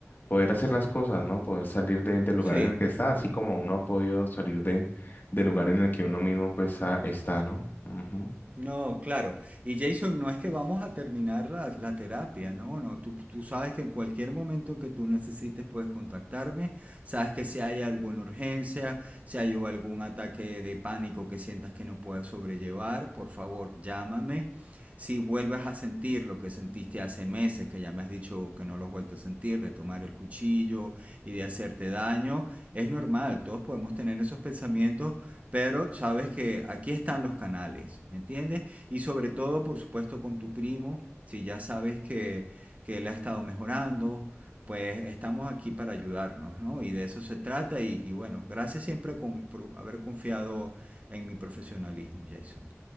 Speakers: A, on the left; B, on the right.
A: poder hacer las cosas, ¿no? Poder salir de- del lugar
B: sí,
A: en el que está, así como uno ha podido salir de del lugar en el que uno mismo pues a- está, ¿no? Ujú.
B: No, claro. Y Jason, no es que vamos a terminar la, la terapia, no, no. Tú, tú sabes que en cualquier momento que tú necesites puedes contactarme. Sabes que si hay alguna urgencia, si hay algún ataque de pánico que sientas que no puedes sobrellevar, por favor, llámame. Si vuelves a sentir lo que sentiste hace meses, que ya me has dicho que no lo has vuelto a sentir, de tomar el cuchillo y de hacerte daño, es normal, todos podemos tener esos pensamientos pero sabes que aquí están los canales, ¿me entiendes? Y sobre todo, por supuesto, con tu primo, si ya sabes que, que él ha estado mejorando, pues estamos aquí para ayudarnos, ¿no? Y de eso se trata y, y bueno, gracias siempre con- por haber confiado en mi profesionalismo, Jason.